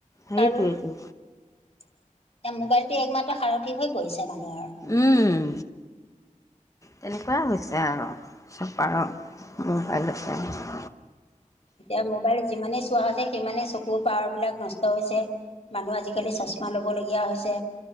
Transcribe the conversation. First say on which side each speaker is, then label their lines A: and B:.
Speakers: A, on the left; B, on the left.
A: সেইটোৱেইটো
B: কাৰো এতিয়া মোবাইলটো একমাত্ৰ সাৰথি হৈ পৰিছে মানুহৰ
A: উম তেনেকুৱাই হৈছে আৰু চাপাৰৰ মোবাইল পৰাই
B: এতিয়া মোবাইল যিমানেই চোৱা হৈছে সিমানেই চকুৰ পাৱাৰ বিলাক নষ্ট হৈছে মানুহ আজিকালি চশমা ল'বলগীয়া হৈছে